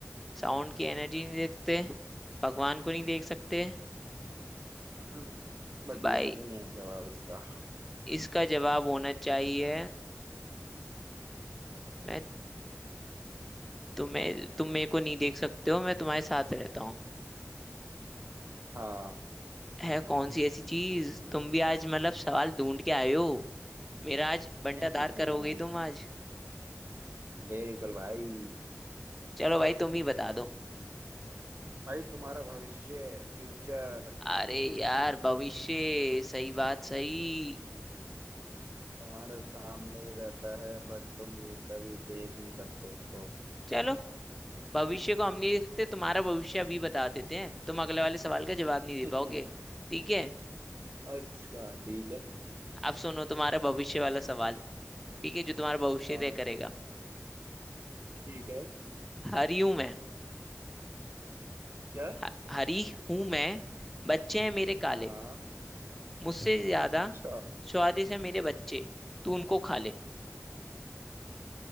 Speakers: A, in the centre; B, on the right.
A: साउंड की एनर्जी नहीं देखते भगवान को नहीं देख सकते
B: हम्म, बट
A: भाई
B: ये नहीं है जवाब इसका
A: इसका जवाब होना चाहिए मैं तुम्हें तुम मेरे को नहीं देख सकते हो मैं तुम्हारे साथ रहता हूँ
B: हाँ
A: है कौन सी ऐसी चीज तुम भी आज मतलब सवाल ढूंढ के आए हो मेरा आज बंटाधार
B: <laughs>
A: करोगे ही तुम आज
B: बिल्कुल भाई
A: चलो भाई तुम ही बता दो
B: भाई तुम्हारा भविष्य फ्यूचर
A: अरे यार भविष्य सही बात सही
B: तुम्हारे सामने ही रहता है बट तुम ये कभी देख नहीं सकते उसको
A: चलो भविष्य को हम नहीं दे सकते तुम्हारा भविष्य अभी बता देते हैं तुम अगले वाले सवाल का जवाब नहीं
B: <laughs>
A: दे पाओगे ठीक है
B: अच्छा ठीक है
A: अब सुनो तुम्हारा भविष्य वाला सवाल ठीक है जो तुम्हारा भविष्य
B: हाँ
A: तय करेगा
B: ठीक है
A: हरी हूं मैं
B: क्या
A: ह- हरी हूं मैं बच्चे हैं मेरे काले
B: हाँ
A: मुझसे ज्यादा
B: अच्छा
A: स्वादिष्ट है मेरे बच्चे तू उनको खा ले